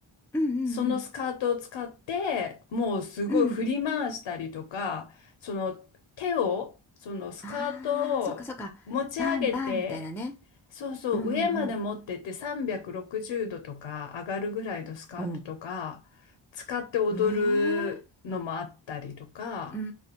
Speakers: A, in the centre; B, on the left.
A: うんうん
B: そのスカートを使ってもうすごい振り回したりとかその手をそのスカートを持ち上げて
A: うんうん。ああ、そっかそっか。バンバンみたいなね。
B: そうそう上まで持ってって360度とか上がるぐらいのスカートとか使って踊るのもあったりとか
A: うんうんうん。うん。ええうんうんう